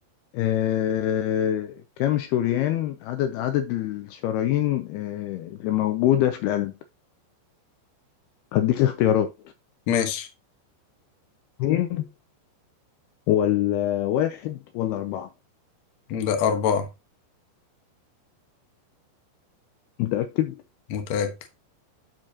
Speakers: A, on the left; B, on the left.
A: آه، كم شريان عدد عدد الشرايين آه، اللي موجودة في القلب هديك اختيارات
B: ماشي
A: اتنين ولا واحد ولا أربعة
B: ده أربعة
A: متأكد
B: متأكد